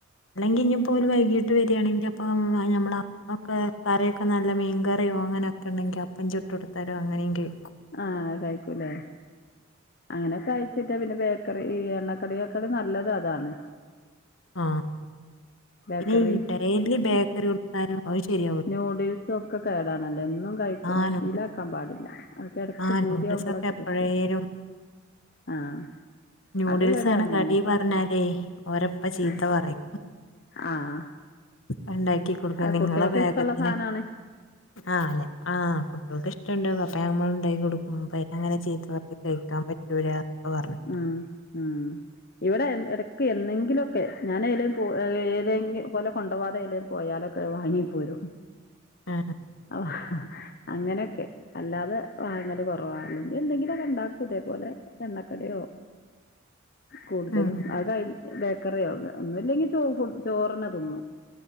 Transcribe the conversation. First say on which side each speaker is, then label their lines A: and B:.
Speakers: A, on the left; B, on the left.
A: അല്ലെങ്കി ഇഞ്ഞിപ്പോല് വൈകീട്ട് വരാണെങ്കി അപ്പ <unintelligible> ഞമ്മള ഒക്കെ കറിയൊക്കെ നല്ല മീൻകറിയോ അങ്ങനൊക്കെണ്ടെങ്കി അപ്പം ചുട്ട് കൊടുത്തരോ അങ്ങനേം കയ്ക്കും
B: ആഹ് അത്‌ കഴിക്കൂലേ അങ്ങനൊക്കെ കയ്ച്ച് കിട്ട്യാ പിന്നെ ബേക്കറി ഈ എണ്ണക്കടിയേകാളും നല്ലതതാണ്
A: ആഹ്
B: ബേക്കറി
A: പിന്നെ ഈ ഡെയിലി ബേക്കറി കൊടുത്താലും അത് ശരിയാവു
B: നൂഡിൽസും ഒക്കെ കേടാനല്ലോ എന്നും കഴിക്ക്ണത്
A: ആ നൂഡിൽസ്
B: ശീലാക്കാൻ പാടില്ല ക്കെടക്ക്
A: ആ
B: പൂത്യാവുമ്പോളൊക്കെ
A: നൂഡിൽസ് ഒക്കെ എപ്പോഴേലും
B: പറ്റും ആഹ്
A: ന്യൂഡിൽസ്
B: അത് ഇവിടേം
A: ആണ്
B: അങ്ങനെ
A: കടി പറഞ്ഞാലേ ഓരപ്പ ചീത്ത
B: ആഹ്
A: പറയും.
B: ആഹ്
A: അത്‌ണ്ടാക്കികൊടുക്കാ
B: അത്
A: നിങ്ങള
B: കുട്ടികൾക്ക്
A: വേഗത്തിനാ
B: ഇഷ്ടമുള്ള സാധനാണ്
A: ആഹ് ഞ ആഹ് കുട്ടിൾക്ക് ഇഷ്ടുണ്ട് അപ്പ നമ്മ ഉണ്ടാക്കി കൊടുക്കും അങ്ങനെ ചീത്ത പറയും കയിക്കാൻ പറ്റൂല പറഞ്ഞു
B: ഉം ഉം ഇവിടെ എന്ന് എടയ്ക്ക് എന്നെങ്കിലൊക്കെ ഞാനയ്ലും പോ ഏതെങ്കി ഓലെ കൊണ്ടോകാതെ ഏയ്ലേ പോയാലൊക്കെ വാങ്ങി പോരും.
A: ആഹ്
B: ആ അങ്ങനെക്കെ അല്ലാതെ വാങ്ങല് കൊറവാ അല്ലെങ്കി എന്തെങ്കിലൊക്കെണ്ടാക്കും ഇതേപോലെ എണ്ണ ക്കടിയോ കൂടുതലും
A: ഉം.
B: അത് കഴി ബേക്കറിയോ ഒന്നും ഇല്ലെങ്കി ഫു ചോറന്നെ തിന്നും